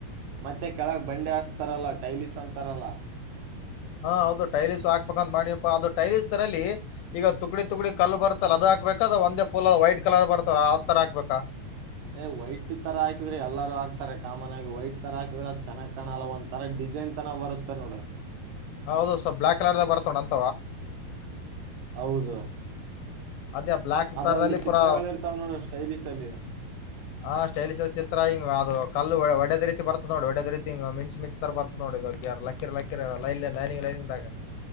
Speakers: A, on the right (about 70°); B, on the left (about 80°).
A: ಮತ್ತೆ ಕೆಳಗ್ ಬಂಡೆ ಹಾಕ್ಸ್ತಾರಲ್ಲ ಟೈಲೀಸ್ ಅಂತಾರಲ್ಲ
B: ಹಾ ಹೌದು ಟೈಲೀಸ್ ಹಾಕ್ಬೇಕಂತ ಮಾಡಿಪ್ಪ ಅದು ಟೈಲೀಸ್ ತರಲ್ಲಿ ಈಗ ತುಗಡಿ ತುಗಡಿ ಕಲ್ಲು ಬರ್ತಲ್ಲ ಅದ ಹಾಕ್ಬೇಕ ಅದ ಒಂದೇ ಫೂಲ್ ವೈಟ್ ಕಲರ್ ಬರ್ತಾರ ಅದ್ ತರ ಹಾಕ್ಬೇಕಾ
A: ಅದೇ ವೈಟ್ ತರ ಹಾಕಿದ್ರೆ ಎಲ್ಲಾರೂ ಹಾಕ್ತಾರೆ ಕಾಮನ್ ಆಗಿ ವೈಟ್ ತರ ಹಾಕಿದ್ರೆ ಚೆನ್ನಾಗಿ ಕಣ್ಣಲ್ಲ ಒಂತರ ಡಿಫರೆಂಟ್ ಡಿಸೈನ್ ತನಾ ಬರುತ್ತೆ ನೋಡು
B: ಹೌದು ಸ್ವಲ್ಪ ಬ್ಲಾಕ್ ಕಲರ್ದಾಗ ಬರುತಲ್ಲ ನೋಡು
A: ಹೌದು
B: ಅದೇ ಬ್ಲಾಕ್
A: ಅದ್ರಲ್ಲಿ
B: ತರದಲ್ಲಿ
A: ಚಿತ್ರಗಳು
B: ಪೂರಾ
A: ಇರ್ತಾವ ನೋಡ ಸ್ಟೈಲಿಶ್ ಅಲ್ಲಿ
B: ಆ ಸ್ಟೈಲಿಶ್ ಚಿತ್ರ ಹಿಂಗ ಅದು ಕಲ್ಲು ಒಡೇದ ರೀತಿರ್ತತ್ ನೋಡಿ ಒಡೇದ ರೀತಿ ಹಿಂಗ ಮಿಂಚ್ ಮಿಂಚ ತರ ಬರ್ತದ ನೋಡಿ ಯಾರ ಲಕ್ಕಿ ಲಕ್ಕಿರೆ ಲೈ ಲೈನಂಗ ಲೈನಂಗಾಗ